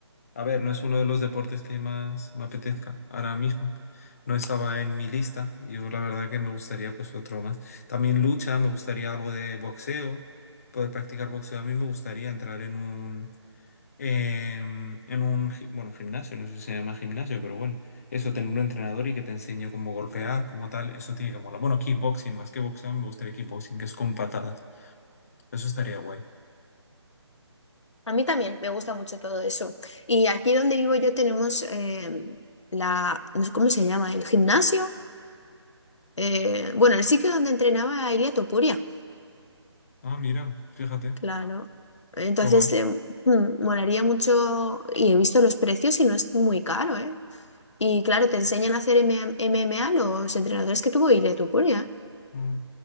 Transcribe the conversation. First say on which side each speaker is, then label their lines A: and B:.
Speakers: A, on the left (about 30°); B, on the left (about 80°).
A: a ver, no es uno de los deportes que más me apetezca ahora mismo. No estaba en mi lista, yo la verdad que me gustaría pues otro más. También lucha, me gustaría algo de boxeo, poder practicar boxeo. A mí me gustaría entrar en un em, en un, gi- bueno, gimnasio, no sé si se llama gimnasio, pero bueno, eso tener un entrenador y que te enseñe cómo golpear, como tal, eso tiene que molar. Bueno, kickboxing, más que boxeo, me gustaría kickboxing, que es con patadas. Eso estaría guay.
B: A mí también me gusta mucho todo eso. Y aquí donde vivo yo tenemos eh, la, no sé cómo se llama, el gimnasio. eh, bueno, el sitio donde entrenaba Ilia Topuria,
A: Ah, mira, fíjate,
B: claro. Entonces,
A: qué guay.
B: eh, mm, molaría mucho y he visto los precios y no es muy caro, ¿eh? Y claro, te enseñan a hacer m m a los entrenadores que tuvo Ilia Topuria,
A: Mm,